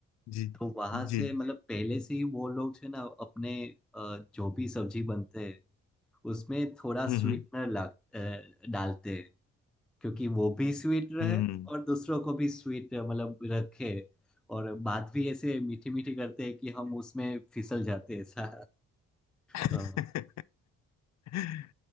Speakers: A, on the left; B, in the centre.
A: जी
B: तो वहां से
A: जी
B: मतलब पहले से ही वो लोग है ना अपने अ, जो भी सब्जी बनते हैं उसमें थोड़ा
A: हम्म
B: स्वीटनर ला अ, डालते हैं क्योंकि वो भी स्वीट रहे
A: हम्म
B: और दूसरों को भी स्वीट मतलब रखे और बात भी ऐसे मीठी मीठी करते हैं कि हम उसमें फिसल जाते हैं ऐसा
A: हम्म।
B: अ,
A: <laughs>